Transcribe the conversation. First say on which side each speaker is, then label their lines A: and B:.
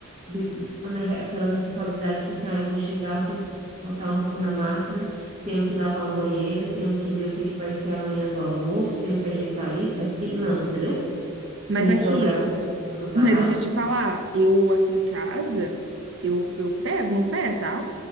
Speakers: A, on the right; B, on the right.
A: bil- né, aquela responsabilidade, tipo assim, ah, eu vou chegar, eu tenho que botar uma roupa na máquina, tenho que lavar um banheiro, tenho que ver o que que vai ser amanhã do almoço, tenho que ajeitar isso, aquilo. Não, entendeu?
B: Mas
A: Tenho
B: aqui,
A: que dobrar a roupa, tirar a roupa do varal.
B: mas deixa eu te falar, eu aqui em casa, eu, eu pego no pé, tá?